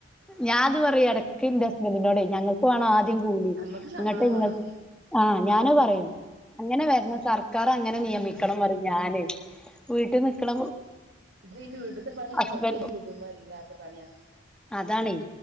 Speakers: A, in the centre; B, on the right.
A: ഞാൻ അത് പറയും ഇടക്ക് ഇന്റെ ഹസ്ബന്റിനോട് ഞങ്ങൾക്ക് വേണം
B: ആഹ്
A: ആദ്യം കൂലി
B: നമ്മക്ക് ശമ്പളം
A: അങ്ങട്ടെങ്ങൾക്ക്
B: വേണം
A: ആഹ് ഞാനും പറയും അങ്ങനെ വരുന്ന സർക്കാർ അങ്ങനെ
B: ഉം
A: നിയമിക്കണം പറയും ഞാനേ വീട്ടിൽ നിക്കണ
B: ഇത് ഇനി വീടുത്തെ പണി
A: ഹസ്ബൻഡ്
B: ആർക്കും ഒരു പുതുമ ഇല്ലാത്ത പണിയാ
A: അതാണേ